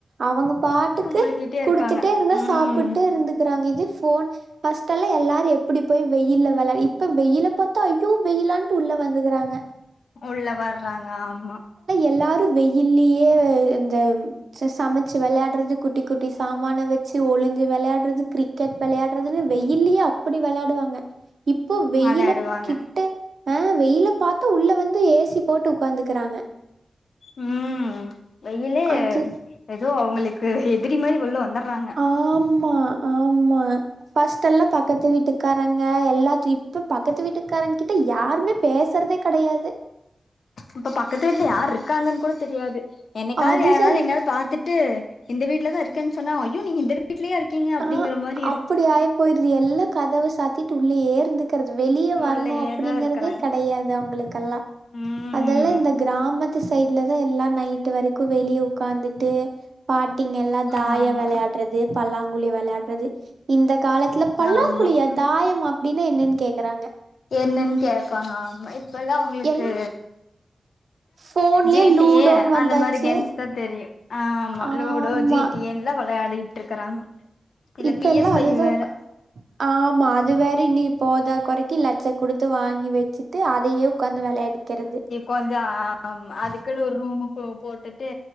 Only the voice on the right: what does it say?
அவங்க பாட்டுக்கு
குடுத்துட்டே
இருந்தா
சாப்புட்டு இருந்துக்கிறாங்க இது போன் ஃபர்ஸ்ட் எல்லா எல்லாரு எப்புடி போய் வெயில்ல வெளா இப்ப வெயில பாத்தா ஐயோ வெயிலான்ட்டு உள்ள வந்துக்கறாங்க
எல்லாரும் வெயில்லயே இந்த சமைச்சு வெளையாடுறது குட்டி குட்டி சாமான வெச்சு ஒளிஞ்சு வெளையாடுறது கிர கிரிக்கெட் வெளையாடுறதுன்னு வெயில்லியே அப்பிடி வெளயாடுவாங்க இப்போ வெயிலு
கிட் ட்டு ஆ வெயில பாத்தா உள்ள வந்து ஏசி போட்டு உக்காந்துக்கறாங்க
அது
ஆமா ஆமா ஃபஸ்ட் எல்லா பக்கத்து வீட்டுக்காரங்க எல்லா இப்ப பக்கத்து வீட்டுக்காரங்க கிட்ட யாருமே பேசுறதே கெடையாது
அதுதா
ஆ
அப்படி ஆயி போயிருது எல்லா கதவ சாத்திட்டு உள்ளயே இருந்துக்கிறது வெளிய வரணு
அப்பிடிங்கறதே
கெடயாது அவங்களுக்கெல்லா
அதெல்லா இந்த கிராம து சைட்லதா எல்லா நைட்டு வரைக்கு வெளிய உக்காந்துட்டு பாட்டிங்க எல்லா தாய
வெளையாடுறது பல்லாங் வெளையாட்றது இந்த காலத்துல பல்லாங்குழியா
தாயமா அப்டின்னா என்னன்னு கேக்கறாங்க
எல் ஃபோன்லயே
லூடோன்னு
வந்தாச்சு
ஆமா
இப்ப
எல்லா
அதுதா
கா ஆமா அது வேற இன்னி போதா கொறக்கி லட்ச குடுத்து வாங்கி வெச்சு ட்டு அதையே உக்காந்து வெளையாடிக்கிறது